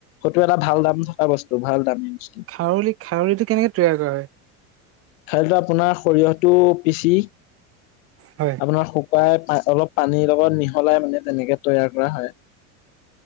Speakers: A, on the left; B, on the right.
A: সেইটো এটা ভাল দাম থকা বস্তু, ভাল দামী বস্তু।
B: খাৰলি খাৰলিটো কেনেকে তৈয়াৰ কৰা হয়?
A: খাৰলিটো আপোনাৰ সৰিয়হটো পিচি
B: হয়।
A: আপোনাৰ শুকাই অলপ পানীৰ লগত মিহলাই মানে তেনেকে তৈয়াৰ কৰা হয়।